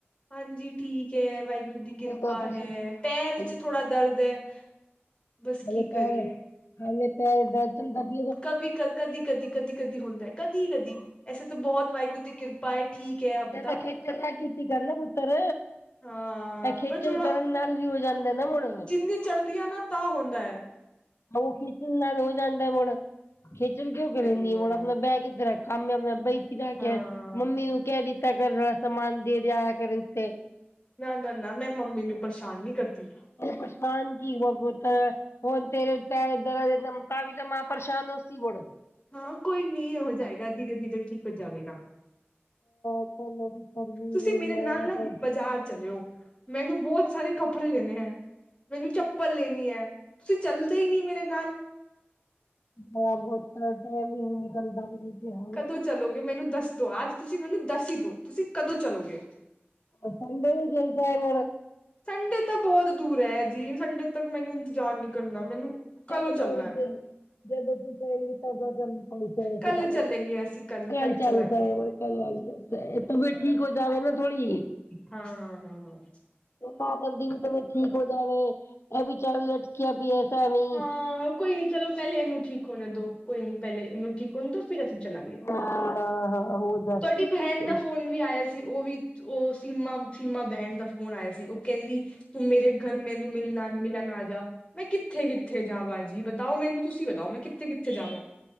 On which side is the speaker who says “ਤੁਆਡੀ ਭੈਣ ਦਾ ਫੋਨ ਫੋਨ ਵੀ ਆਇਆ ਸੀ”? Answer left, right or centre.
Left